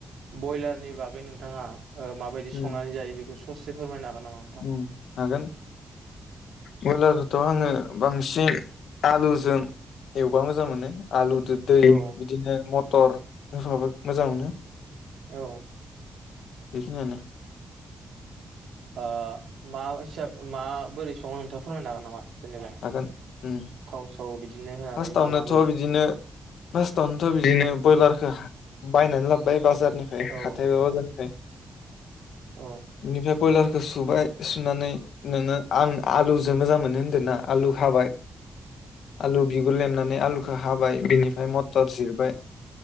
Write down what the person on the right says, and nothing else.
बयलारनि बागै नोंथाङा ओ माबादि
संनानै जायो बेखौ <unintelligible> ससे फोरमायनो हागोन नामा नोंथां?
औ
औ।
अ मा हिसाब माबोरै सङो नोंथाङा फोरमायनो हागोन नामा? जेनेबा
थाव साव बिदिनो होनानै
मा मा होयो?
औ
औ ओ